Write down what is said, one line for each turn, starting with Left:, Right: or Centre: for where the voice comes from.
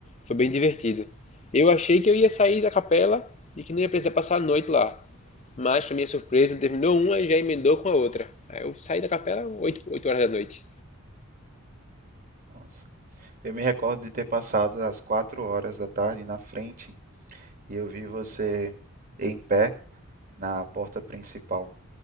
Left: foi bem divertido. Eu achei que eu ia sair da capela e que não ia precisar passar a noite lá. Mas, pra minha surpresa, terminou uma e já emendou com a outra. Aí eu saí da capela oito oito horas da noite.
Right: Nossa. Eu me recordo de ter passado as quatro horas da tarde na frente e eu vi você em pé na porta principal.